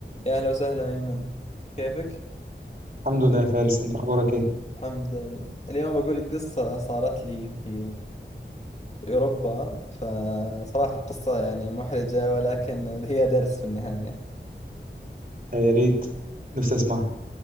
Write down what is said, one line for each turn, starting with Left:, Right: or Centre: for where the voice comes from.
Left: يا أهلا وسهلا أيمن كيفك؟
Right: الحمد لله يا فارس انت اخبارك ايه
Left: الحمد لله اليوم بقول لك قصة صارت لي في في أوروبا فصراحة قصة يعني محرجة ولكن هي درس في النهاية
Right: يا ريت نفسي اسمعها